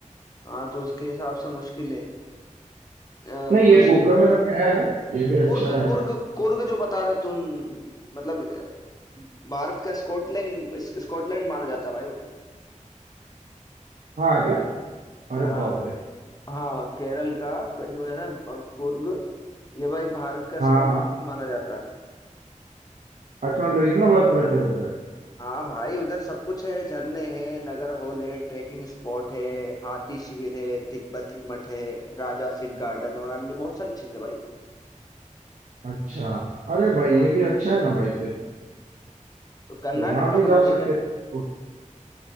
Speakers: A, on the left; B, on the right.
A: हाँ तो उसके हिसाब से मुश्किल है अ,
B: नहीं
A: दूसरी
B: ये गोकर्ण करके है ये भी
A: कुर्ग
B: अच्छा है
A: कुर्ग कुर्ग जो बता रहे तुम मतलब अ, भारत का स्कॉटलैंड स्कॉटलैंड माना जाता है भाई वो तो
B: हाँ क्या अरे
A: हाँ
B: बाप रे
A: हाँ केरल का क- जो है ना ब- कुर्ग ये भाई भारत का
B: हाँ
A: स्कॉटलैंड
B: हाँ
A: माना जाता है
B: अच्छा मतलब इतना बर्फ रहता है उधर
A: हाँ भाई उधर सब कुछ है झरने हैं नगर हॉल है ट्रैकिंग स्पॉट है हाथी शिविर है तिब्बती मठ है राजा सीट गार्डन और अन्य बहुत सारी चीजें भाई
B: अच्छा अरे भाई
A: हाँ
B: ये भी अच्छा है ना भाई फिर
A: तो कर्नाटक
B: तो यहाँ
A: का
B: भी
A: बना
B: जा
A: ले
B: सकते
A: क्या
B: हैं